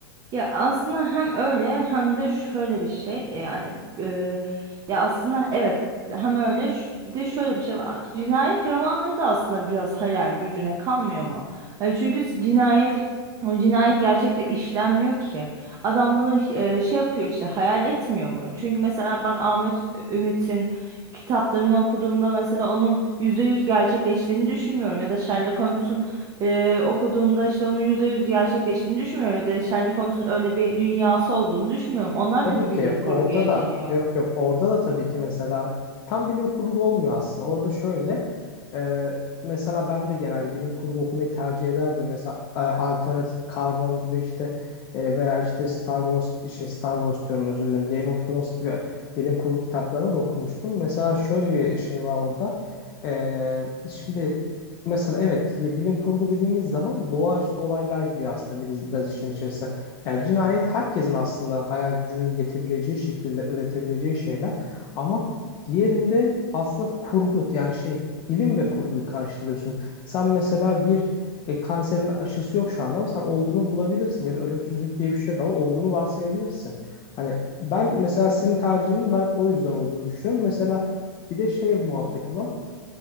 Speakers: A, on the right; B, on the left.
A: Ya aslında hem öyle hem de şöyle bir şey e, yani e, ya aslında evet hem öyle ş- bir de şöyle bir şey var. Cinayet romanları da aslında biraz hayal gücüne kalmıyor mu? Yani çünkü cinayet o cinayet gerçekte işlenmiyor ki. Adam bunu e, şey yapıyor işte hayal etmiyor mu? Çünkü mesela ben Ahmet Ümit'in kitaplarını okuduğumda mesela onun %100 gerçekleştiğini düşünmüyorum ya da Sherlock Holmes'un e, okuduğumda işte onun %100 gerçekleştiğini düşünmüyorum ya da Sherlock Holmes'un öyle bir dünyası olduğunu düşünmüyorum. Onlar
B: Tabii
A: da bir
B: ki
A: bilim kurguya
B: orada
A: geliyor.
B: da yok yok orada da tabii ki mesela tam bilim kurgu olmuyor aslında. Orada şöyle e, mesela ben de genelde bilim kurgu okumayı tercih ederdim. Mesela e, Alternative karbon gibi işte e, veya işte Star Wars şey Star Wars diyorum özür dilerim. Game of Thrones gibi bilim kurgu kitaplarını da okumuştum. Mesela şöyle bir şey var orada. E, şimdi mesela evet ya bilim kurgu dediğimiz zaman doğaüstü olaylar gibi aslında biraz, biraz işin içerisine. Yani cinayet herkesin aslında hayal gücünün yetebileceği şekilde üretebileceği şeyler. Ama diğerinde aslında kurgu yani şey bilim ve kurguyu karıştırıyorsun. Sen mesela bir e, kanserin aşısı yok şu anda ama sen olduğunu bulabilirsin ya da ölümsüzlük diye bir şey yok ama olduğunu varsayabilirsin. Hani ben mesela senin tercihinin ben o yüzden olduğunu düşünüyorum. Mesela bir de şey muhabbeti var.